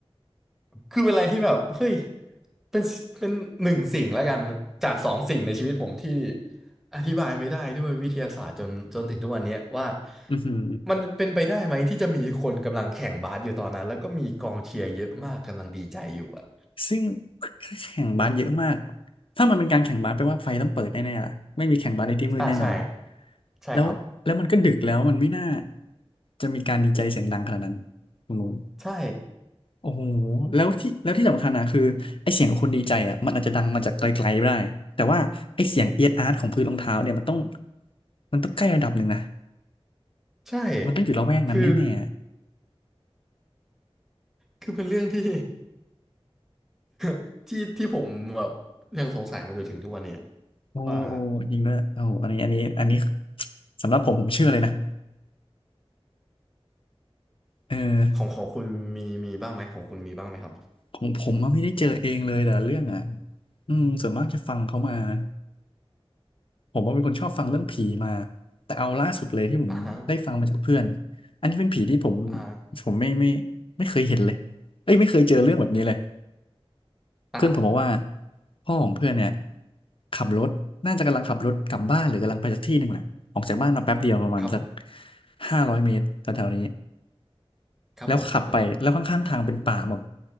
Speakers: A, in the centre; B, on the left.
A: คือเป็นอะไรที่แบบเฮ้ยเป็นเป็นหนึ่งสิ่งแล้วกันจากสองสิ่งในชีวิตผมที่อธิบายไม่ได้ด้วยวิทยาศาสตร์จนจนถึงทุกวันเนี้ยว่า
B: อือหือ
A: มันเป็นไปได้ไหมที่จะมีคนกำลังแข่งบาสอยู่ตอนนั้นแล้วก็มีกองเชียร์เยอะมากกำลังดีใจอยู่อะ
B: ซึ่งแข่งบาสเยอะมาก ถ้ามันเป็นการแข่งบาสแปลว่าไฟต้องเปิดแน่ๆล่ะไม่มีแข่งบาสในที่มืดแน่นอน
A: อ่าใช่ใช่ครับ
B: แล้วแล้วมันก็ดึกแล้วมันไม่น่าจะมีการดีใจเสียงดังขนาดนั้นตรงนู้น
A: ใช่
B: โอ้โหแล้วที่แล้วที่สำคัญนะคือไอเสียงของคนดีใจอ่ะมันอาจจะดังมาจากไกลๆก็ได้แต่ว่าไอเสียงเอียดอาร์ตของพื้นรองเท้าเนี่ยมันต้องมันต้องใกล้ระดับหนึ่งนะ
A: ใช่
B: มันต้องอยู่ละแวกนั้นแน่
A: คือคือเป็นเรื่องที่ <laughs> ที่ที่ผมแบบยังสงสัยมาจนถึงทุกวันเนี่ย
B: ๆโอ้โอ้จริงด้วยโอ้โหอันนี้อันนี้อันนี้
A: ว่า
B: สำหรับผมผมเชื่อเลยนะเออ
A: ของของคุณมีมีบ้างไหมของคุณมีบ้างไหมครับ
B: ของผมอะไม่ได้เจอเองเลยแต่ละเรื่องอ่ะ อืมส่วนมากจะฟังเขามานะผมว่าเป็นคนชอบฟังเรื่องผีมาแต่เอาล่าสุดเลยที่ผมได้ฟังมาจากเพื่อน
A: อ่าฮะ
B: อันนี้เป็นผีที่ผม
A: อ่า
B: ผมไม่ไม่ไม่เคยเห็นเลยเอ้ยไม่เคยเจอเรื่องแบบนี้เลย
A: อ่า
B: เพื่อนผมบอกว่าพ่อของเพื่อนเนี่ยขับรถน่าจะกำลังขับรถกลับบ้านหรือกำลังไปสักที่หนึ่งแหละออกจากบ้านมาแป๊บเดียวประมาณสัก
A: ครับ
B: ห้าร้อยเมตรแถวๆนี้
A: ครับผมครับผม
B: แล้วขับไปแล้วข้างๆทางเป็นป่าหมด